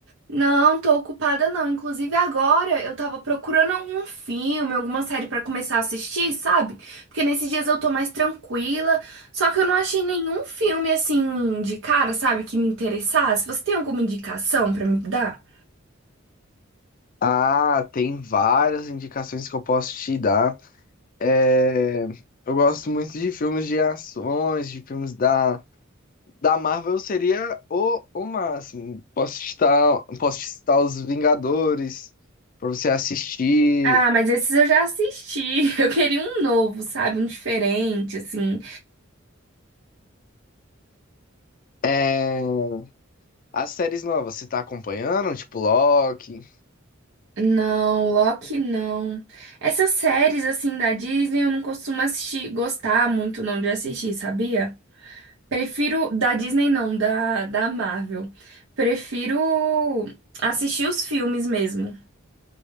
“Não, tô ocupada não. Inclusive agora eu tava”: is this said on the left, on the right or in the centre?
Right